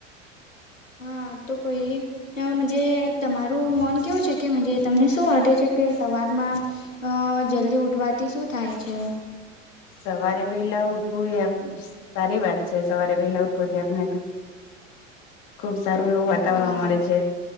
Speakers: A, on the left (about 80°); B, on the left (about 50°).
A: હા તો પછ અજ તમારું મન કેવું છે કે તમને શું માટે છે કે સવારમા અ જલ્દી ઉઠવાથી શું થાય છે.
B: સવારે વેલા ઉઠવું સારી વાત છે, સવારે વેલા ઉઠવાથી આપને ખુબ સારું એવું વાતાવરણ
A: બરાબર
B: મળે છે.